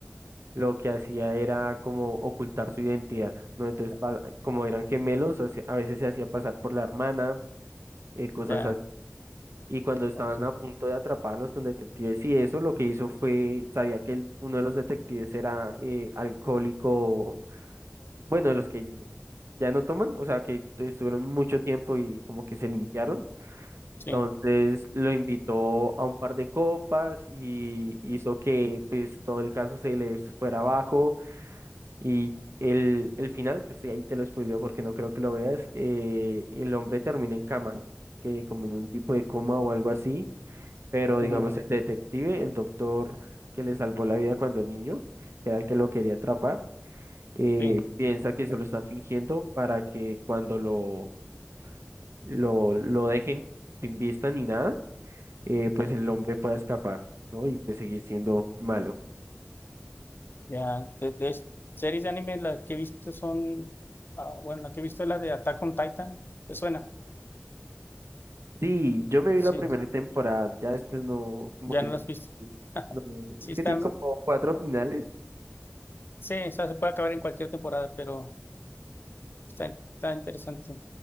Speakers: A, on the right (about 75°); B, on the left (about 50°).
A: lo que hacía era como ocultar su identidad, ¿no? Entonces, pa- como eran gemelos, hace- a veces se hacía pasar por la hermana, eh, cosas
B: Ya,
A: así. Y cuando estaban
B: ok,
A: a punto de atraparlos con detectives y eso, lo que hizo fue, sabía que el- uno de los detectives era eh, alcohólico, bueno, de los que ya no toman, o sea, que estuvieron mucho tiempo y como que se limpiaron.
B: sí,
A: Entonces lo invitó a un par de copas y hizo que pues todo el caso se le fuera abajo y el, el final, pues sí, ahí te lo spoileo porque no creo que lo veas, eh, el hombre termina en cama, que como en un tipo de coma o algo así, pero digamos
B: ujú,
A: el detective, el doctor que le salvó la vida cuando niño, que era el que lo quería atrapar, eh,
B: sí,
A: piensa que eso lo está fingiendo para que cuando lo, lo, lo dejen sin vista ni nada eh, pues el hombre pueda escapar, ¿no? Y pues seguir siendo malo.
B: ya. De, de es- series de anime, las que he visto son, ah, bueno, la que he visto es la de Attack on Titan, ¿te suena?
A: Sí, yo me
B: Sí,
A: vi la primera temporada, ya después no, como
B: ya
A: que
B: no
A: no,
B: las has visto. <laughs>
A: no,
B: Sí,
A: es
B: están,
A: que tiene como cuatro finales
B: Sí, o sea, se puede acabar en cualquier temporada, pero está, está interesante.